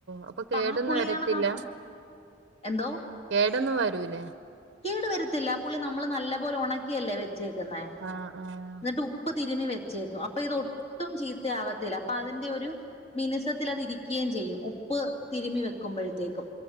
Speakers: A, on the right; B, on the left.
A: അപ്പൊ കേടൊന്നും
B: ആ പുളിയാണ്
A: വരത്തില്ല
B: ന എന്തോ
A: കേടന്നും വരൂലേ
B: കേടു വര ത്തില്ല പുള്ളി നമ്മള്‌ നല്ലപോലെ ഉണക്കിയല്ലേ വയ് ച്ചേക്കുന്നേ
A: ആഹ് ആഹ്
B: ന്നിട്ട് ഉപ്പ് തിരുമി വെച്ചേക്കും അപ്പൊ ഇതൊട്ടും ചീത്ത ആവത്തില്ല അപ്പൊ അതിന്റെ ഒരു മിനിസത്തിൽ അതിരിക്കേം ചെയ്യും ഉപ്പ് തിരുമ്മി വെക്കുമ്പോഴത്തേക്കും